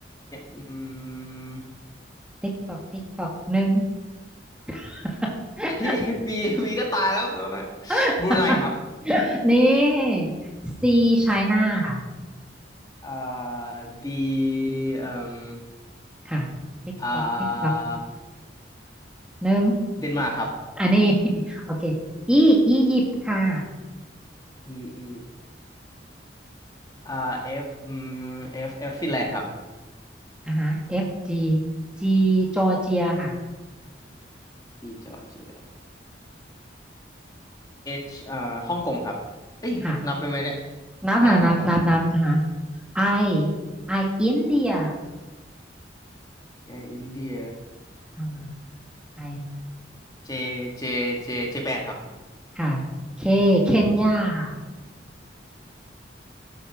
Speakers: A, on the left; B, in the centre.
A: อืม
B: ติ๊กตอกติ๊กตอกหนึ่ง <laughs>
A: <laughs> บีีก็ตายแล้วตัวนะ
B: <laughs>
A: บรูไนครับ
B: นี่ซีไชน่าค่ะ
A: เอ่อดีเอ่ม
B: ค่ะติ๊กตอกติ๊กตอก
A: อ่า
B: หนึ่ง
A: เดนมาร์กครับ
B: อันนี้ <laughs> โอเค E อียิปต์ค่ะ
A: E E อ่า F อืม F F ฟินแลนด์ครับ
B: อ่าฮะ F G G จอร์เจียค่ะ
A: D จอร์เจีย H เอ่อฮ่องกงครับเอ้ยนับเป็นไหมเนี่ย
B: ค่ะนับค่ะ
A: อ่านับเนาะ
B: นับนับนับอ่าฮะ I I อินเดีย
A: แอร์อินเดีย
B: อ่า I
A: เจเจเจเจแปดครับ
B: ค่ะ K เคนยาค่ะ